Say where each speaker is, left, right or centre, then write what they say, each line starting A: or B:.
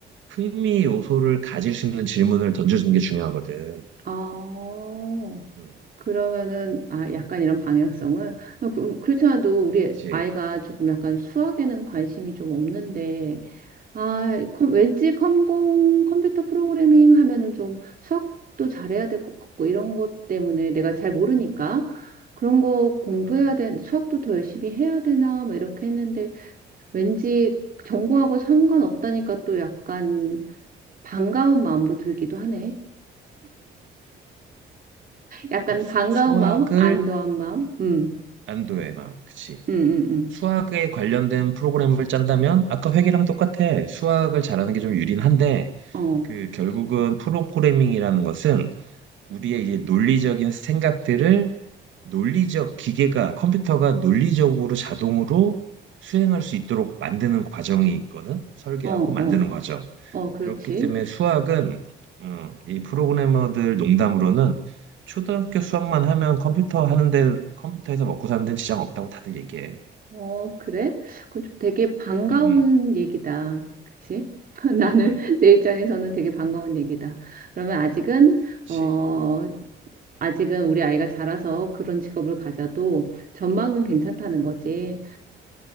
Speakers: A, on the right; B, on the right.
A: 흥미 요소를 가질 수 있는 질문을 던져주는 게 중요하거든.
B: 어,
A: 음,
B: 그러면은 아 약간 이런 방향성을 어, 그, 그렇지 않아도 우리
A: 그치.
B: 아이가 조금 약간 수학에는 관심이 좀 없는데 아, 컴, 왠지 컴공 컴퓨터 프로그래밍 하면은 좀 수학도 잘해야 될 것 같고 이런 것 때문에 내가 잘 모르니까 그런 거 공부해야
A: 어,
B: 되 수학도 더 열심히 해야 되나 뭐 이렇게 했는데 왠지 전공하고 상관없다니까 또 약간 반가운 마음도 들기도 하네. 약간
A: 그러니까
B: 반가운
A: 수- 수학을
B: 마음, 안도한 마음. 음,
A: 안도의 마음, 그치?
B: 음, 음, 음.
A: 수학에 관련된 프로그램을 짠다면 아까 회계랑 똑같아. 수학을 잘하는 게 좀 유린한데
B: 어,
A: 그 결국은 프로그래밍이라는 것은 우리의 이제 논리적인 생각들을 논리적 기계가 컴퓨터가 논리적으로 자동으로 수행할 수 있도록 만드는 과정이 있거든. 설계하고
B: 어,
A: 만드는
B: 어,
A: 과정.
B: 어, 그렇지.
A: 그렇기 때문에 수학은 어, 이 프로그래머들 농담으로는 초등학교 수학만 하면 컴퓨터 하는데 컴퓨터에서 먹고 사는 데 지장 없다고 다들 얘기해.
B: 어, 그래? 그건 좀 되게 반가운
A: 응응
B: 얘기다. 그치? <laughs>
A: 응응.
B: 나는 내 입장에서는 되게 반가운 얘기다. 그러면 아직은,
A: 그
B: 어, 아직은 우리 아이가 자라서 그런 직업을 가져도 전망은 괜찮다는 거지.